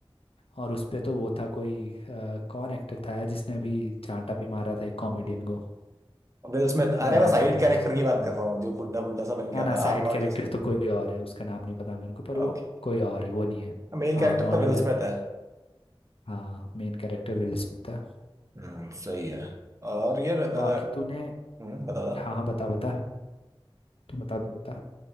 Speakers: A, on the left; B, on the right.
A: और उस पे तो वो था कोई अ, कौन एक्टर था यार जिसने अभी चांटा भी मारा था एक कॉमेडियन को
B: विल स्मिथ अरे
A: नाम
B: मैं साइड
A: बोल रहा
B: कैरेक्टर
A: हूँ उसका
B: की बात कर रहा हूँ जो बुड्ढा बुड्ढा सा बन के
A: ना
B: आता
A: ना साइड
B: है आर्नोल्ड
A: कैरेक्टर
B: जैसे
A: तो कोई और है उसका नाम नहीं पता मेरे को पर वो
B: ओके
A: कोई और है वो नहीं है
B: मेन कैरेक्टर
A: आर्नोल्ड
B: तो
A: अलग
B: विल स्मिथ
A: है
B: है
A: हाँ मेन कैरेक्टर विल स्मिथ है
B: हम्म, सही है और ये अ,
A: बाकी तूने
B: हम्म, बता था
A: हाँ हाँ बता बता तू बता तू बता